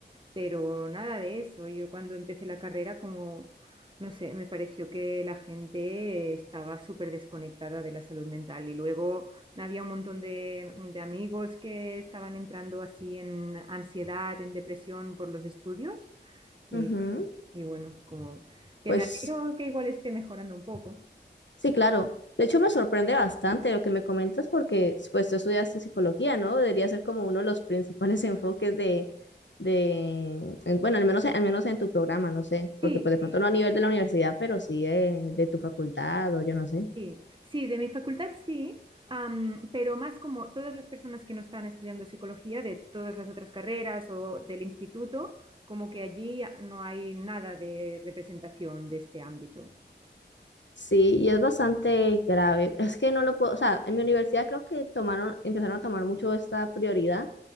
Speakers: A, on the right; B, on the left.
A: pero nada de eso. Yo cuando empecé la carrera, como, no sé, me pareció que la gente estaba súper desconectada de la salud mental y luego había un montón de, de amigos que estaban entrando así en ansiedad, en depresión por los estudios y,
B: Ujú.
A: y bueno, como que
B: Pues
A: me alegro que igual esté mejorando un poco.
B: Sí, claro. De hecho, me sorprende bastante lo que me comentas porque pues tú estudiaste psicología, ¿no? Debería ser como uno de los principales <laughs> enfoques de, de en- bueno, al menos, al menos en tu programa, no sé, porque
A: Sí.
B: pues de pronto no a nivel de la universidad, pero sí de, de tu facultad o yo no sé.
A: Sí, sí, de mi facultad sí, am, pero más como todas las personas que no están estudiando psicología de todas las otras carreras o del instituto, como que allí no hay nada de representación de este ámbito.
B: Sí, y es bastante grave. Es que no lo puedo, o sea, en mi universidad creo que tomaron, empezaron a tomar mucho esta prioridad